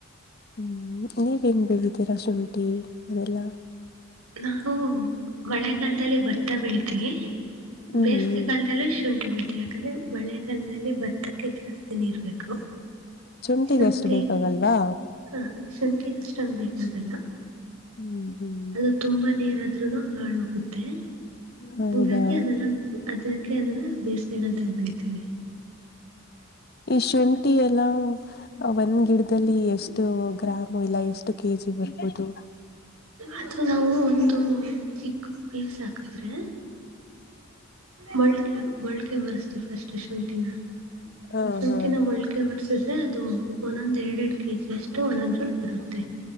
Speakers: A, on the left; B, on the right.
A: ಹ್ಮ್ ನೀವ್ ಹೆಂಗ್ ಬೇಳಿದ್ದೀರಾ ಶುಂಠಿ ಅದೆಲ್ಲಾ
B: ನಾವು ಮಳೆಗಾಲದಲ್ಲಿ ಭತ್ತ ಬೆಳಿತೀವಿ
A: ಹ್ಮ್
B: ಬೇಸಿಗೆ
A: ಹ್ಮ್
B: ಕಾಲಲದಲ್ಲೇ ಶುಂಠಿ ಬೆಳಿತೀವಿ ಯಾಕಂದ್ರೆ ಮಳೆಗಾಲದಲ್ಲಿ ಭತ್ತ ಜಾಸ್ತಿ ನೀರ್ ಬೇಕು
A: ಶುಂಠಿಗೆ
B: ಶುಂಠಿ
A: ಅಷ್ಟು ಬೇಕಾಗಲ್ವಾ
B: ಹ ಶುಂಠಿಗೆ ಅಷ್ಟೊಂದು ಬೇಕಾಗಲ್ಲ
A: ಹ್ಮ್ ಹ್ಮ್
B: ಅದು ತುಂಬಾ ನೀರಾದ್ರುನು ಹಾಳ ಹೋಗುತ್ತೆ
A: ಹೌದಾ
B: ಹಂಗಾಗಿ ಅದನ್ನ ಅದಕ್ಕೆ ಅದನ್ನ ಬೇಸಿಗೆ ಕಾಲದಲ್ಲಿ ಬೆಳಿತೀವಿ
A: ಈ ಶುಂಠಿ ಎಲ್ಲ ಒಂದ್ ಗಿಡದಲ್ಲಿ ಎಷ್ಟ ಇಷ್ಟು ಗ್ರಾಮ ಇಲ್ಲ ಎಷ್ಟು ಕೆಜಿ ಬರ್ಬೋದು
B: ಅದು ನಾವು ಒಂದು ಚಿಕ್ಕಿ ಪೀಸ್ ಹಾಕಿದ್ರೆ ಮೊಲ್ಕೆ ಮೊಲ್ಕೆ ಬರಿಸ್ತೀವಿ ಫ್ರಿಸ್ಟ್ ಶುಂಠಿನ
A: ಹಾ
B: ಶುಂಠಿನಾ
A: ಹಾ
B: ಮೊಲ್ಕೆ ಬರೆಸಿ ಮೊಲ್ಕೆ ಬರಿಸಿದ್ರೆ ಅದು ಒಂದೊಂದ್ ಎರಡ್ ಎರಡ್ ಕೆಜಿ ಅಷ್ಟು ಒಂದೊಂದ್ರಲ್ಲಿ ಬರುತ್ತೆ